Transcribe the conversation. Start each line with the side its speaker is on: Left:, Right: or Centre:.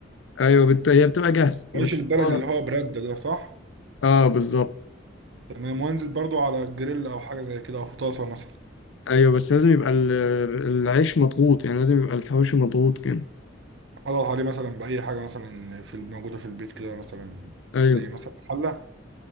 Left: أيوه بت... هي بتبقى جاهزة وبتحطها
Right: عيش البلد اللي هو برده ده صح
Left: أه بالظبط
Right: تمام وانزل برضو على الجريل او حاجه زي كده او في طاسه مثلا
Left: أيوه بس لازم يبقى ال- العيش مضغوط يعني لازم يبقى الحواوشي مضغوط كده
Right: اضغط عليه مثلا باي حاجه مثلا في موجوده في البيت كده مثلا
Left: أيوه
Right: زي مثلا حله